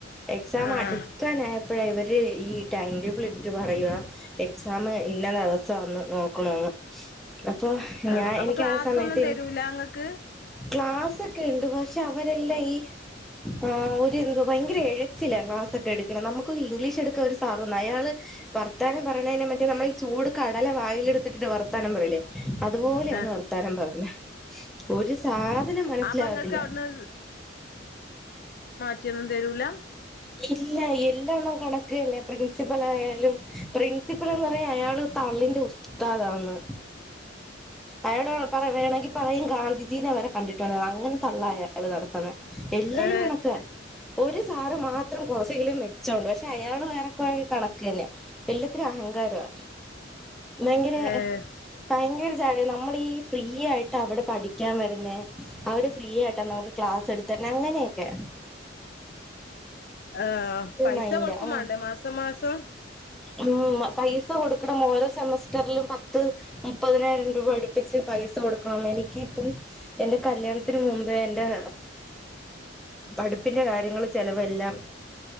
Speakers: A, in the centre; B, on the left.
A: എക്സാം
B: ആഹ്
A: അടുക്കാനായപ്പോഴ ഇവൻ - ഇതേ ഈ ടൈന്റെബ്ള് പറയുവാ എക്സാം ഇന്ന ദെവസാന്ന്. നോക്കണോന്ന് അപ്പൊ
B: ആഹ്
A: ഞാ
B: അപ്പൊ
A: എനിക്ക്
B: ക്ലാസ്
A: ആ സമയത്ത്നി
B: ഒന്നും തരൂല ഇങ്ങക്ക്
A: ക്ലാസ് ഒക്കെ ഇണ്ട് പഷെ അവരെല്ല ഈ ആ ഒരു എന്തൊ ഭയങ്കര എഴച്ചില ക്ലാസ്സൊക്കെ എടുക്കണെ നമുക്ക് ഇംഗ്ലീഷ് എടുക്കാ ഒരു സ് ആർനാ അയാള് വർത്താനം പറയ്ണെയ്നെ മറ്റേ നമ്മൾ ഈ ചൂട് കടല വായിലെടുത്തിട്ട് വർത്താനം പറയല്ലേ അതുപോലെയാണ്
B: ആഹ്
A: വർത്താനം പറഞ്ഞ ഒരു സാധനം മനസ്സിലാവത്തില്ല
B: അപ്പൊ ഇങ്ങക്ക് അവിടുന്ന് റ്റിയൊന്നും തരൂല
A: ഇല്ല എല്ല എണ്ണം കണക്ക് തന്നെ പ്രിൻസിപ്പളാആയാലും പ്രിൻസിപ്പിള്ന്ന് പറയാ അയാള് തള്ളിന്റെ ഉസ്താദാന്ന് അയാൾ പറ് പറി വേണേങ്കി പറയും ഗാന്ധി ദിനെവരെ കണ്ടിട്ടൊള്ള അങ്ങനെ തള്ളായ അയാള് നടത്തിണെ എല്ലാരും
B: ഏ
A: കണക്ക് ഒരു സാറ് മാ ത്രം കൊറച്ചെങ്കിലും മെച്ചോണ്ട് പഷെ അയാളുവേറെക്കൊറെ കണക്കെന്നെ എല്ലത്തിനും അഹങ്കാരാ ഭയങ്കര
B: ഏ
A: ഭയങ്കര നമ്മളീഫ്രീ ആയിട്ട് അവിടെ പഠിക്കാൻ വരുന്ന അവര് ഫ്രീ ആയിട്ടാ നമുക്ക് ക്ലാസ്സ് എടുത്തര്ണെ അങ്ങനെക്കെ
B: ആ പൈസ
A: മൈൻഡ്
B: കൊടുക്കും
A: ആഹ്
B: മാണ്ടേ മാസം മാസം
A: ഉം പൈസ കൊടുക്കണം ഓരോ സെമസ്റ്റർലും പത്ത് മുപ്പതിനായിരം രൂപ അടുപ്പിച്ച് പൈസ കൊടുക്കണം എനിക്കിപ്പം എന്റെ കല്യാണത്തിന് മുമ്പേ എൻറെ പഠിപ്പിന്റെ കാര്യങ്ങൾ ചെലവെല്ലാം